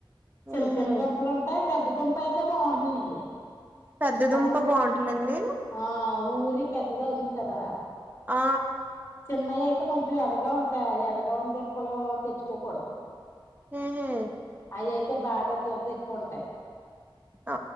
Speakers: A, on the left (about 25°); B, on the right (about 20°).
A: చిన్న
B: ఉహు
A: చిన్న దుంపలుంటాయి పెద్ద దుంప అయితే బాగుంటుందండి
B: పెద్దదుంప
A: అది
B: బావుంటుందండీ
A: ఆ ఊరి పెద్దదావుతుంది కదా
B: ఆ
A: చిన్నయి అయితే కొంచెం ఎర్రగా ఉంటాయి ఆ ఎర్రగా ఉన్న దుంపలు తెచ్చుకోకూడదు
B: ఉహు
A: అయి అయితే బాగా దురద ఎక్కువ ఉంటయి
B: ఆ